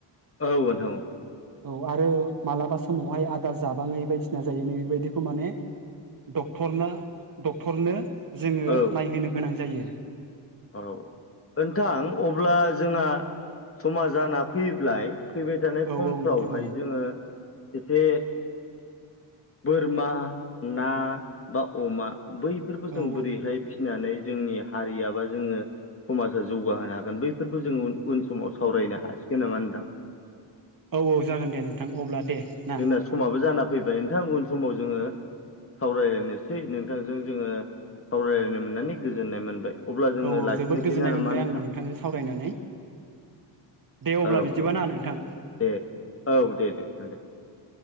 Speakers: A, on the left; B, on the right.
A: औ नोंथां औ।
B: औ आरो मालाबा समावहाय आदार जाबाङै बायदिसिना जायो नै बेबायदिखौ माने डक्टरनो डक्टरनो जोङो
A: औ
B: नायहोनो गोनां जायो।
A: औ नोंथां अब्ला जोंहा समा जाना फैब्लाय फैबाय थानाय
B: औ
A: समफ्रावहाय
B: औ नोंथां औ
A: जोङो एसे बोरमा, ना, बा अमा बैफोरखौ
B: औ
A: जों बोरैहाय फिनानै जोंनि हारिया बा जोङो समाजा जौगाहोनो हागोन बैफोरखौ जोङो उन समाव सावरायनो हासिगोन नामा नोंथां?
B: औ औ जागोन दे नोंथां अब्ला दे। ना
A: जोंना समाबो जानाब फैबाय नोंथां उन समाव जोङो सावरायलायनोसै नोंथांजों जोङो सावरायलायनो मोननानै गोजोननाय मोनबाय। अब्ला जोङो
B: औ औ
A: लाखिनोसै
B: जोबोद गोजोननाय
A: ना नामा
B: मोनबाय
A: नोंथां
B: आंबो नोंथांजों सावरायनानै। दे अब्ला
A: औ
B: बिदिबा
A: औ
B: ना नोंथां
A: दे औ दे दे नोंथां